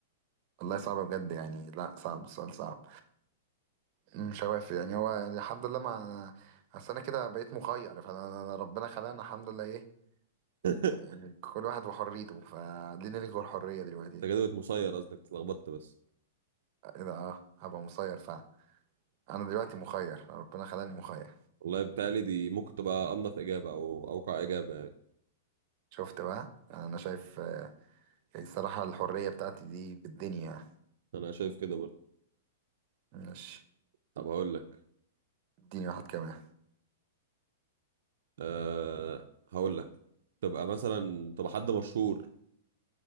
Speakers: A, on the right (about 45°); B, on the right (about 70°).
A: والله صعبة بجد يعني لا صعب السؤال صعب مش هوافق يعني هو يعني الحمد لله ما اصل انا كده بقيت مخير فانا أنا- أنا ربنا خلقنا الحمد لله ايه
B: <laughs>
A: يعني كل واحد وحريته فدي نلغي الحرية دلوقتي
B: انت كده بقيت مسير قصدك اتلخبطت بس
A: ايه ده اه هبقى مسير فعلا انا دلوقتي مخير ربنا خلاني مخير
B: والله بتهيألي دي ممكن تبقى انظف اجابه او اوقع اجابه يعني
A: شفت بقى يعني انا شايف يعني الصراحة الحرية بتاعتي دي بالدنيا يعني
B: انا شايف كده برضه
A: ماشي
B: طب هقول لك
A: اديني واحد كمان
B: أه هقول لك تبقى مثلا تبقى حد مشهور